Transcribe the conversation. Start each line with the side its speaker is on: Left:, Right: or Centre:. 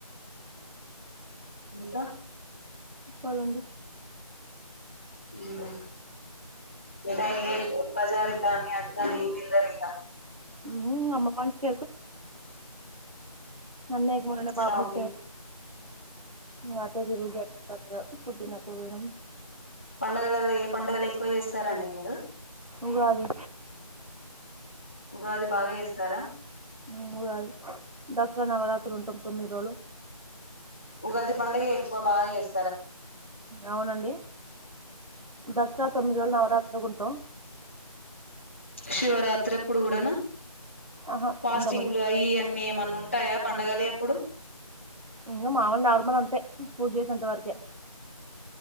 Centre: ఇంకా
Right: చెప్పాలండి.
Centre: మ్ <inaudible> బజార్ కాని పిల్లలేం ఇనరిగ
Right: ఉమ్, అమ్మ మనిషికి అన్నయకు మొన్ననే బాబ్బుట్టే
Centre: షాపింగ్
Right: అటే తిరుగుడే <unintelligible> ఇగా పుట్టినప్పుడు పోయినం
Centre: పండగలల్ల ఏ పండగలు ఎక్కువ చేస్తారండి మీరు
Right: ఉగాది.
Centre: ఉగాది బాగా చేస్తారా?
Right: మ్ ఉగాది దసరా నవరాత్రులుంటాం తొమ్మిది రోజులు
Centre: ఉగాది పండగ ఎక్కువ బాగా చేస్
Right: అవునండి దసరా తొమ్మిది రోజుల నవరాత్రులు టో
Centre: శివరాత్రి అప్పుడు గుడానా
Right: ఆహా
Centre: ఫాస్టింగ్లు
Right: ఉండమండి శివరాత్రి
Centre: అయి అన్నీ ఏమన్నా ఉంటాయా పండగలి అప్పుడు
Right: ఇంగ మామూల్ నార్మల్ అంతే పూజ చేసేంత వరకే